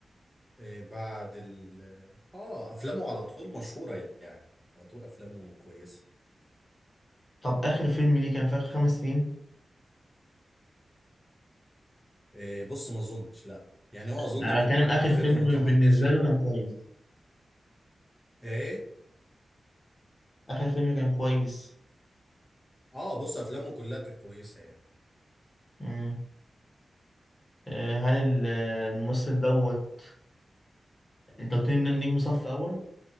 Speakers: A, in the centre; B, on the left (about 35°).
A: إيه بعد ال اه افلامه على طول مشهورة يعني على طول افلامه كويسة
B: طب اخر فيلم ليه كان في اخر خمس سنين
A: إيه بص ما اظنش لا يعني هو اظن
B: انا
A: من
B: كان اخر
A: 2018
B: فيلم بالنسبه له كان كويس
A: ايه
B: اخر فيلم كان كويس
A: اه بص افلامه كلها كانت كويسة يعني
B: مم. آه، هل ال- الممثل دوت انت قلت لي إن نجم صف اول